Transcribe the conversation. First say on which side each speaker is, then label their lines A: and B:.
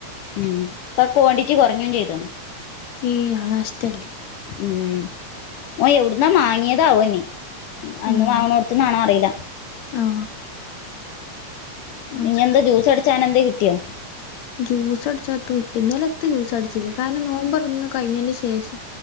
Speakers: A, on the left (about 80°); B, on the left (about 65°).
A: ഉം പ്പൊ ക്വാണ്ടിറ്റി കൊറഞ്ഞും ചെയ്ത്ണ്
B: ഏ അഹ് നഷ്ടല്ലെ
A: ഉം ഓ എവുടുന്നാ മാങ്ങിയതാവോന്നി എന്നും
B: ഉം
A: വാങ്ണോട്ത്ത്ന്നാണോ അറീ യില്ല
B: ആ ആ
A: ഇഞ്ഞി എന്താ ജ്യൂസ് അടിച്ചാന എന്തയ് കിട്ടിയോ
B: ജൂസ് അടിച്ചാ <inaudible> ഇന്നലെ എത്തും ജൂസ് അടിചീല്ല കാരണം നോമ്പോർന്ന് കഴിഞ്ഞെന്റെ ശേഷം